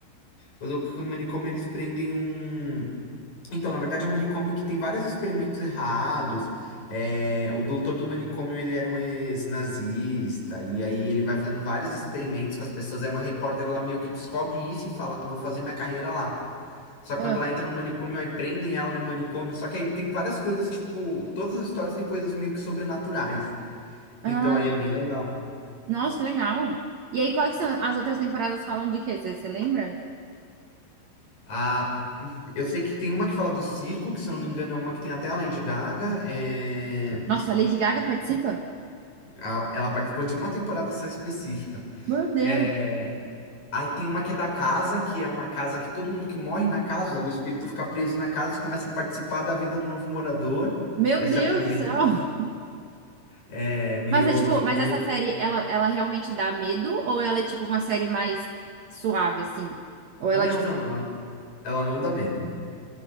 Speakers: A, on the left; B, on the right.
A: Eu tô com o manicômio eles prendem um. Então, na verdade, é um manicômio que tem vários experimentos errados. É, o doutor do manicômio, ele era um ex-nazista, e aí ele vai fazendo vários experimentos com as pessoas. É uma repórter, ela meio que descobre isso e fala, "Ah, vou fazer minha carreira lá. Só que
B: Ah,
A: quando ela entra no manicômio, aí prendem ela no manicômio. Só que aí tem várias coisas, tipo, todas as histórias têm coisas meio que sobrenaturais. Então
B: ah,
A: aí é bem legal.
B: nossa, que legal. E aí, quais que são as outras temporadas falam de quê? Você você lembra?
A: A eu sei que tem uma que fala do circo, que se eu não me engano é uma que tem até a Lady Gaga. é,
B: Nossa, a Lady Gaga participa?
A: a- Ela participou de uma temporada só específica.
B: Meu Deus.
A: É, aí tem uma que é da casa, que é uma casa que todo mundo que morre na casa, o espírito fica preso na casa e começa a participar da vida do novo morador.
B: Meu
A: Essa
B: Deus
A: é a primeira.
B: do céu. <laughs>
A: É meio,
B: Mas é tipo,
A: fica
B: mas
A: meio.
B: essa série, ela, ela realmente dá medo? Ou ela é tipo uma série mais suave, assim? Ou
A: Não,
B: ela, tipo,
A: não, ela, ela não dá medo.